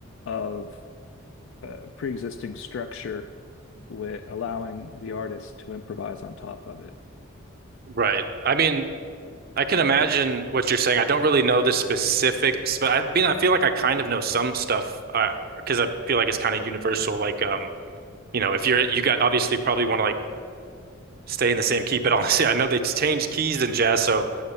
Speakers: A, on the left; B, on the right.
A: of uh, pre-existing structure with allowing the artist to improvise on top of it.
B: Right. I mean, I can imagine what you're saying. I don't really know the specifics, but I mean, I feel like I kind of know some stuff uh, because I feel like it's kind of universal. Like, um, you know, if you're you got obviously probably want to like stay in the same key, but <laughs> honestly, I know they changed keys in jazz, so